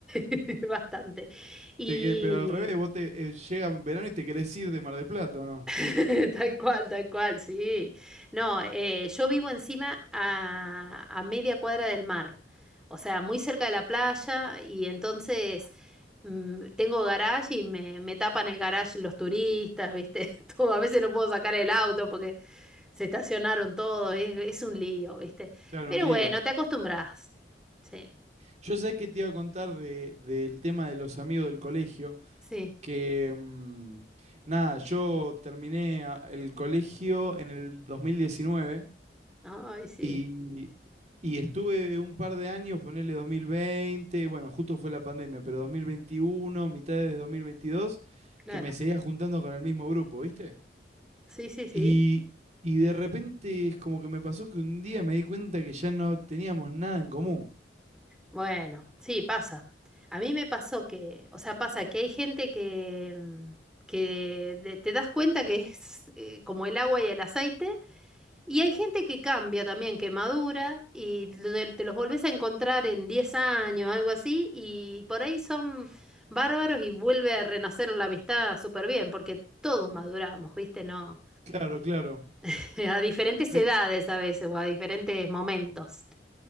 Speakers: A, in the centre; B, on the right (about 40°).
A: <laughs> bastante. Y
B: te que- pero al revés, vos te eh, llega en verano y te querés ir de Mar del Plata, ¿o ¿no?
A: <laughs> Tal cual, tal cual, sí. No, eh, yo vivo encima a, a media cuadra del mar, o sea, muy cerca de la playa y entonces mm, tengo garage y me, me tapan el garage los turistas, ¿viste? <laughs> Todo, a veces no puedo sacar el auto porque se estacionaron todos, es, es un lío, ¿viste?
B: Claro,
A: Pero
B: un lío.
A: bueno, te acostumbras. Sí,
B: Yo sabés que te iba a contar de, del tema de los amigos del colegio,
A: Sí.
B: que mm, nada, yo terminé a- el colegio en el 2019
A: ay, sí,
B: y, Y estuve un par de años, ponerle 2020, bueno, justo fue la pandemia, pero 2021, mitad de 2022,
A: claro.
B: que me seguía juntando con el mismo grupo, ¿viste?
A: Sí, sí, sí.
B: Y, y de repente es como que me pasó que un día me di cuenta que ya no teníamos nada en común.
A: Bueno, sí, pasa. A mí me pasó que, o sea, pasa que hay gente que, mm, que de- te das cuenta que es eh, como el agua y el aceite, y hay gente que cambia también, que madura, y lo de- te los volvés a encontrar en 10 años, algo así, y por ahí son bárbaros y vuelve a renacer la amistad súper bien, porque todos maduramos, ¿viste? No,
B: Claro, claro.
A: <laughs> a diferentes
B: Pe-
A: edades a veces, o a diferentes momentos.